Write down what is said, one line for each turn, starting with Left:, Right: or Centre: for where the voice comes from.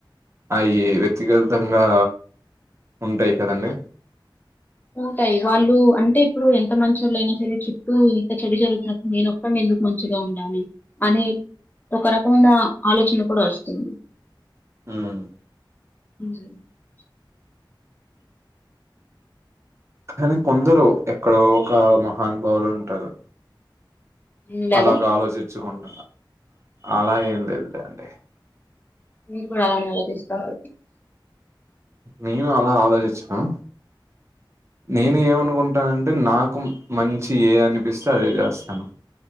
Right: అయి వ్యక్తిగతంగా ఉంటాయి కదండి
Left: ఉంటయ్ వాళ్ళు అంటే ఇప్పుడు ఎంత మంచోలైనా సరే చుట్టూ ఇంత చెడు జరుగుతున్నపుడు నేనొక్కడిని ఎందుకు మంచిగా ఉండాలి అనే ఒక రకమైన ఆలోచన కూడా వస్తుంది
Right: హ్మ్
Left: <unintelligible>
Right: కానీ కొందరు ఎక్కడో ఒక మహానుభావులు ఉంటారు
Left: ఇలాగా
Right: అలాగా ఆలోచిచకుండా అలా ఏం లేదులేండి
Left: మీరు కూడా అలానే ఆలోచిస్తరా
Right: నేను అలా ఆలోచిచను నేను ఏమనుకుంటా అంటే నాకు మంచి ఏ అనిపిస్తే అదే చేస్తాను